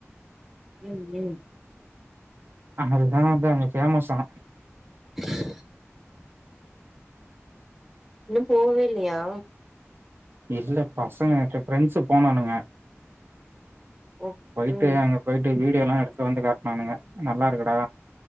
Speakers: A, in the centre; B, on the right.
A: ம் ம்
B: அங்க அதுதா வந்து அங்க ஃபேமஸா
A: <unintelligible> இன்னு போவே இல்லயா
B: இல்ல பசங்க வன்ட்டு ப்ரெண்ட்ஸு போனானுங்க
A: ஓ
B: போயிட்டு
A: ம்
B: அங்க போயிட்டு வீடியோ எல்லா எடுத்து வந்துக் காட் னானுங்க நல்லா இருக்குடா